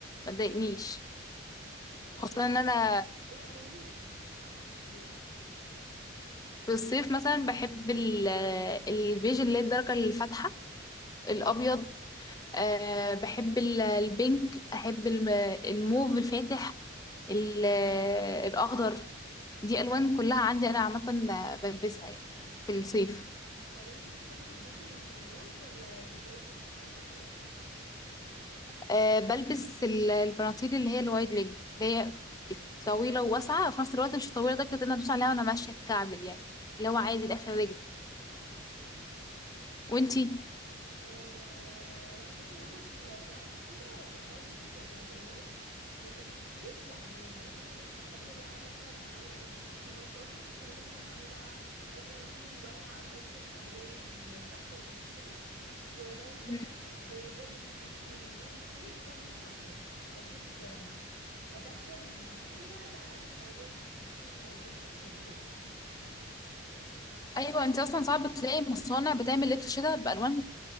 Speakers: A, on the left; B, on the right.
A: ما تضايقنيش
B: تمام
A: خصوصا
B: طب
A: ان انا
B: انتي ايه الالوان اللي بتلبسيها فاتحة في الصيف
A: في الصيف مثلا بحب ال- البيج اللي هي الدرجه الفاتحه الابيض أه بحب ال- البينك احب الم- الموف الفاتح ال- الاخضر دي الوان كلها عندي انا عامه بلبسها يعني في الصيف
B: طب انتي بتحبي تلبسي بنطلونات ولا جيبات وفساتين اكتر
A: أه بلبس ال- البناطيل اللي هي الوايد ليج اللي هي طويله وواسعه وفي نفس الوقت مش الطويله درجه ان أنا ادوس عليها وانا ماشيه الكعب دي يعني اللي هو
B: إمم.
A: عادي لاخر رجلي وانتي
B: آه لا بصي هو انا في ال- بصراحه في الشتاء لا بلبس بنطلونات لكن في الصيف لا انا يعني انا في الصيف بحب بقى ادخل معايا انا بلبس بنطلونات برضو بس بحب ادخل معايا بقى البناطيل الواسعه اللي هي فيها الوان وباترنز وكده وبرضو بلبس
A: مم.
B: الجيبات بلبس فساتين يعني انا في الصيف بلبس اكتر بلبس آم، بدخل معايا بقى الالوان وفساتين ملونه اكتر وكده
A: ايوه انت اصلا صعب تلاقي مصانع بتعمل لبس شتاء بالوان